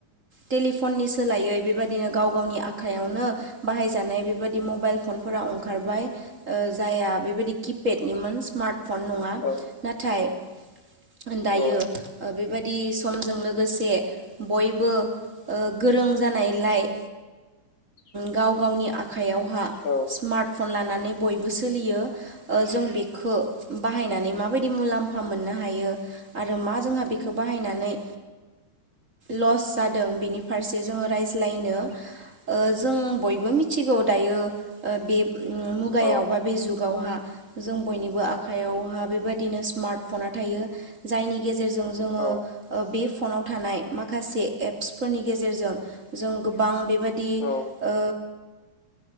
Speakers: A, on the right; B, on the left.
A: टेलि फननि सोलायै बेबायदिनो गाव गावनि आ आखनो बाहाय जानाय बेबायदि मबाइल फनफोरा ओंखारबाय ओ जाया बेबायदि किफ पेटनिमोन
B: औ
A: स्मार्ट फन नङा
B: औ
A: नाथाय ओन दायो
B: औ
A: ओ बेबायदि समजों लोगोसे बयबो ओ गोरों जानाय लाइ।
B: <inaudible>
A: गाव गावनि आखयावहा
B: औ
A: स्मार्ट फन लानानै बयबो सोलियो ओ जों बेखो बाहायनानै मा बाय दि मुलाम्फा मोननो हायो आरो मा जोंहा बेखो बाहायनानैओ लस जादों बेनि फारसे जोङो रायज्लायनो। ओ जों बयबो मिथिगौ दायो ओ बे मुगायाव
B: औ
A: बा बे जुगावहा जों बयनिबो आखयावहा बेबायदिनो स्मार्टफना थायो जायनि गेजेरजों जोङो।
B: औ
A: ओ बे फनाव थानाय माखासे एप्सफोरनि गेजेरजों जों गोबां बेबादि
B: औ
A: ओ।